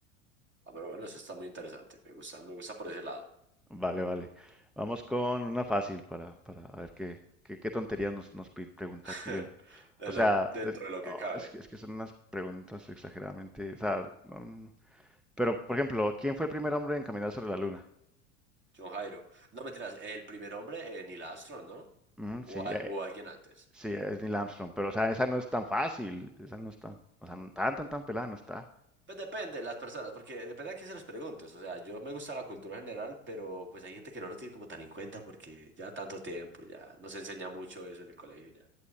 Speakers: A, on the right; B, in the centre.
A: Ah, pero bueno, eso está muy interesante, me gusta, me gusta por ese lado,
B: Vale, vale. Vamos con una fácil para, para a ver qué, qué, qué tonterías nos, nos pi- preguntó
A: <laughs>
B: aquí
A: de
B: O sea,
A: lo- dentro
B: es,
A: de lo
B: oh,
A: que cabe.
B: es que, es que son unas preguntas exageradamente. O sea, no, no, no. Pero, por ejemplo, ¿quién fue el primer hombre en caminar sobre la luna?
A: John Jairo. No me tiras, el primer hombre, eh, Neil Armstrong, ¿no?
B: Mm,
A: O,
B: sí,
A: a-
B: eh,
A: o alguien antes.
B: sí, es Neil Armstrong. Pero, o sea, esa no es tan fácil. Esa no es tan. O sea, no tan, tan, tan pelada, no está.
A: Pues depende, de las personas, porque depende a quién se les preguntes. O sea, yo me gusta la cultura general, pero pues hay gente que no lo tiene como tan en cuenta porque ya tanto tiempo, ya no se enseña mucho eso en el colegio ya.